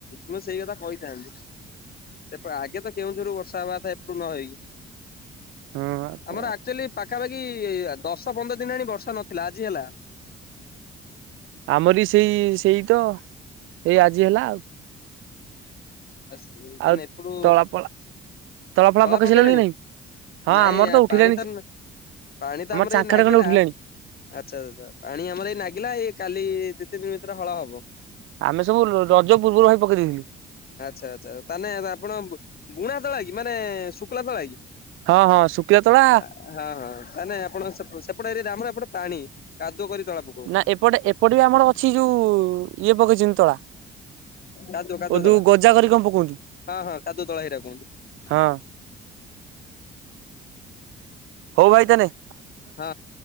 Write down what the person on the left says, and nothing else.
ମୁଁ ସେଇ କଥା କହିଥାନ୍ତି, ସେ ଆଗେ ତ କେଉଁଝରୁ ବର୍ଷା ହେବାକଥା ଏପଟୁ ନ ହେଇକି,
ଆମର ଆକ୍ଚୁଆଲି ପାଖାପାଖି ଖୀ ଦଶ ପନ୍ଦର ଦିନ ଆଣି ବର୍ଷା ନଥିଲା ଆଜି ହେଲା।
ଆସ ତାନେ
ଏପଟୁ
ତଳା
ପକେଇଲେଣି,
ନାଇଁ
ପାଣି ତ ପାଣି ତ ଆମର
ଏଇ ନାଗିଲା
ଆଛା, ଛା ପାଣି ଆମର ଏଇ ନାଗିଲା ଏଇ କାଲି ତିନି ଭିତରେ ହଳ ହବ।
ଆଛା ଆଚ୍ଛା ତାନେ ଆପଣ ବୁଣା ତଳା କି ମାନେ ଶୁକ୍ଲା ତଳା କି?
ହଁ ହଁ ତା ନେ ଆପଣଙ୍କ ସେପଟେ ଏରିଆରେ ଆମର ଏପଟେ ପାଣି କରି ତଳା ପକଉ
କାଦୁ କାଦୁଅ
ତଳା
ହଁ ହଁ କାଦୁଅ ତଳା ହେଇଟା କହନ୍ତି।
ହଁ